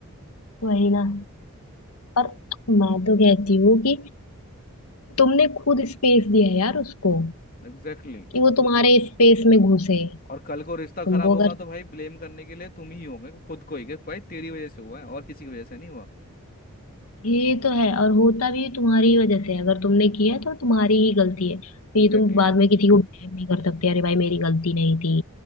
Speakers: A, on the left; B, on the left.
A: वही ना पर मैं तो कहती हूँ कि तुमने खुद स्पेस दिया है यार उसको
B: Exactly exactly.
A: कि वो तुम्हारे स्पेस में घुसे
B: और कल को रिश्ता खराब
A: तुमको
B: होगा
A: अगर
B: तो भाई ब्लेम करने के लिए तुम ही होगे खुद को ही कि भाई तेरी वजह से हुआ है और किसी की वजह से नहीं हुआ
A: ये तो है और होता भी तुम्हारी वजह से है। अगर तुमने किया तो तुम्हारी ही गलती है तो
B: Exactly
A: ये तुम बाद
B: exactly.
A: में किसी को ब्लेम नहीं कर सकते अरे भाई मेरी गलती नहीं थी